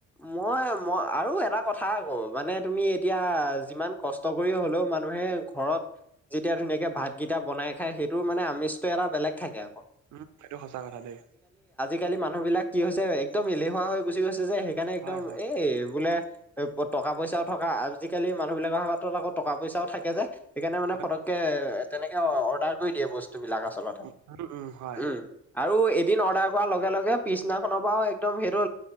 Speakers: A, in the centre; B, on the right.
A: মই- মই আৰু এটা কথা আকৌ মানে তুমি এতিয়া যিমান কষ্ট কৰি হ'লেও মানু হে ঘৰত যেতিয়া ধুনীয়াকে ভাত কেইটা বনাই খাই সেইটো মানে আমিজটো এটা বেলেগ থাকে আৰু।
B: উম, এইটো সঁচা কথা দেই।
A: আজিকালি মানুহ বিলাক কি হৈছে, একদম এলেহুৱা হৈ গুচি গৈছে যে সেইকাৰণে একদম
B: হয় হয়
A: এই বোলে টকা পইচাও থকা আজিকালি মানুহ বিলাকৰ হাতত আকৌ টকা পইচাও থাকে যে, সেইকাৰণে মানে
B: হয়
A: ফটক কে তেনেকে অৰ্ডাৰ কৰি দিয়ে বচ স্তু বিলাক আচলতে,
B: উম হয়
A: উম আৰু এদিন অৰ্ডাৰ কৰা লগ লগে- লগে পিছদিনাখনৰ পৰাও একদম সেইটো